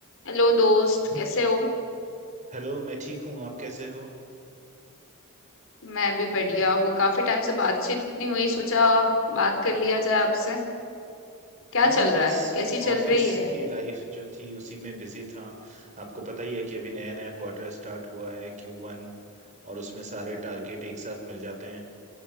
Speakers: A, on the left; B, on the right.
A: Hello दोस्त कैसे हो
B: Hello मैं ठीक हूँ आप कैसे हो
A: मैं भी बढ़िया हूँ काफी टाइम से बातचीत नहीं हुई सोचा बात कर लिया जाए आपसे क्या
B: हाँ
A: चल
B: बस
A: रहा है कैसी चल
B: ऑफिस
A: रही है
B: की लाइफ जो थी उसी में बिजी था आपको पता ही है कि अभी नया नया क्वार्टर स्टार्ट हुआ है क्यू वन और उसमें सारे टारगेट एक साथ मिल जाते हैं